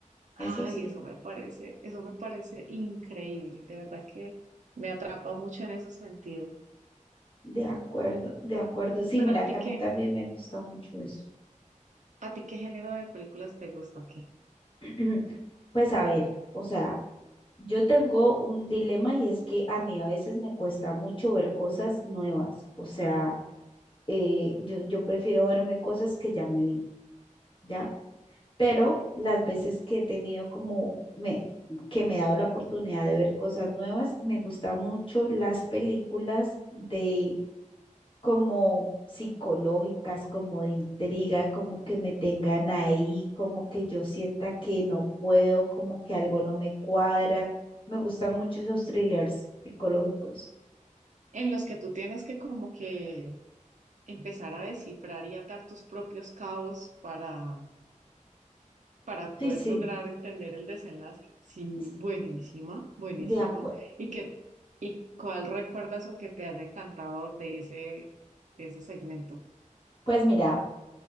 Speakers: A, on the right; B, on the left.
A: ay,
B: eso sí,
A: eso me parece, eso me parece increíble, de verdad que me atrapa mucho en ese sentido.
B: de acuerdo, de acuerdo. Sí,
A: Pero
B: mira
A: a
B: que
A: ti
B: a mí
A: qué,
B: también me gusta mucho eso.
A: a ti qué género de películas te gusta, ¿o ¿qué?
B: <clears throat> Pues a ver, o sea, yo tengo un dilema y es que a mí a veces me cuesta mucho ver cosas nuevas, o sea, eh, yo, yo prefiero verme cosas que ya me vi, ¿ya? Pero las veces que he tenido como me, que me he dado la oportunidad de ver cosas nuevas, me gustan mucho las películas de como psicológicas, como de intriga, como que me tengan ahí, como que yo sienta que no puedo, como que algo no me cuadra. Me gustan mucho esos thrillers psicológicos.
A: En los que tú tienes que como que empezar a descifrar y atar tus propios cabos para, para poder
B: Sí, sí,
A: lograr entender el desenlace. Sí, buenísima,
B: sí,
A: buenísima.
B: de acuerdo.
A: ¿Y qué, y cuál recuerdas o que te haya encantado de ese, de ese segmento?
B: Pues mira,